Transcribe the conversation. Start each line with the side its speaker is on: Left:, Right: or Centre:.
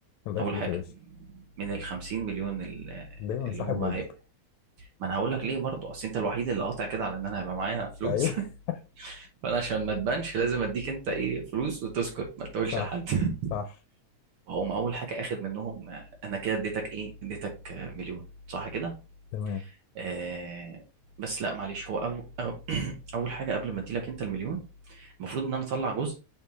Left: الله
Right: اول
Left: يخليك
Right: حاجه
Left: يا باشا
Right: من ال 50 مليون ال- آه،
Left: دايما
Right: اللي
Left: صاحب
Right: هم
Left: واجب
Right: هيبقوا ما انا هقول لك ليه برضه اصل انت الوحيد اللي قاطع كده على ان انا هيبقى معايا فلوس
Left: ايوه
Right: <laughs>
Left: <laughs>
Right: فانا عشان ما تبانش لازم اديك انت ايه فلوس وتسكت ما تقولش
Left: صح
Right: لحد <laughs>
Left: صح
Right: وهم اول حاجه اخد منهم آه، انا كده اديتك ايه اديتك آه، مليون صح كده
Left: تمام
Right: آه بس لا معلش هو أو أو <clears throat> اول حاجه قبل ما اديلك انت المليون المفروض ان انا اطلع جزء